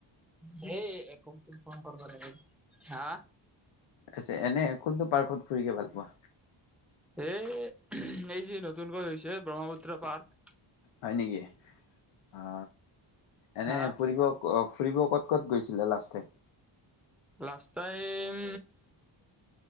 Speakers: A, in the centre; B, on the left.
A: সেই এক ফন কৰিব হাঁ।
B: আছে এনে কোনটো পাৰ্কত। ফুৰি ভাল পোৱা।
A: এই এই যি নতুনকৈ হৈছে ব্ৰহ্মপুত্ৰ পাৰ্ক।
B: হয় নেকি অ এনে
A: হা
B: ফুৰিব। ফুৰিব ক'ত ক'ত গৈছিলে লাষ্ট টাইম।
A: Last time.